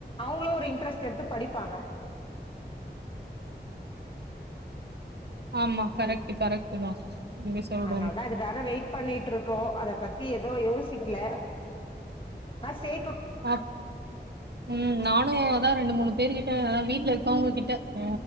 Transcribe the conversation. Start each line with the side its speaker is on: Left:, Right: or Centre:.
Left: அவுங்ளு ஒரு இன்ட்ரெஸ்ட் எடுத்து படிப்பாங்க
Right: ஆமா கரெக்ட் கரெக்ட் தான் நீங்க சொல்றது
Left: அதனால் தா இதுக்காக வெயிட் பண்ணிட்ருக்கோ அத பத் தி எதோ யோசிக்ல ஆ சே
Right: ஆப் ம் நானு அதா ரெண்டு மூணு பேரு கிட்ட அதா வீட்ல இருக்கவங்க கிட்ட ஆ